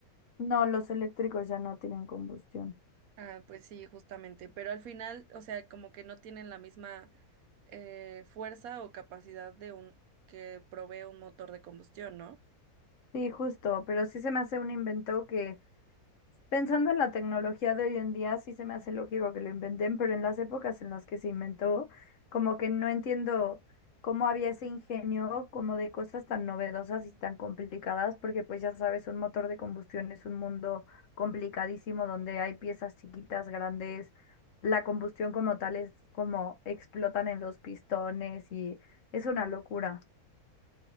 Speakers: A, on the left (about 60°); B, on the right (about 70°).
A: No, los eléctricos ya no tienen combustión.
B: Ah, pues sí, justamente, pero al final, o sea, como que no tienen la misma eh, fuerza o capacidad de un que provee un motor de combustión, ¿no?
A: Sí, justo, pero sí se me hace un invento que, pensando en la tecnología de hoy en día, sí se me hace lógico que lo inventen, pero en las épocas en las que se inventó, como que no entiendo cómo había ese ingenio como de cosas tan novedosas y tan complicadas, porque pues ya sabes, un motor de combustión es un mundo complicadísimo donde hay piezas chiquitas, grandes, la combustión como tal es como explotan en los pistones y es una locura.